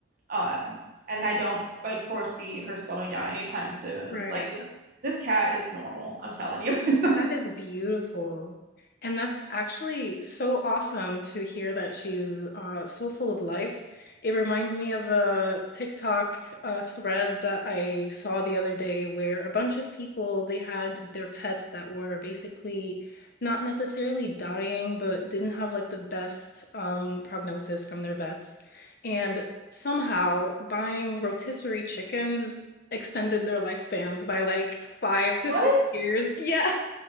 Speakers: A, on the right; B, on the left.
A: Um, and I don't like foresee her slowing down anytime soon.
B: right.
A: Like this this cat is normal, I'm telling you. <laughs>
B: That is beautiful. And that's actually so awesome to hear that she's uh, so full of life. It reminds me of a TikTok uh, thread that I saw the other day where a bunch of people, they had their pets that were basically not necessarily dying, but didn't have like the best um, prognosis from their vets. And somehow buying rotisserie chickens extended their lifespans by like five to
A: What?
B: six years. Yeah.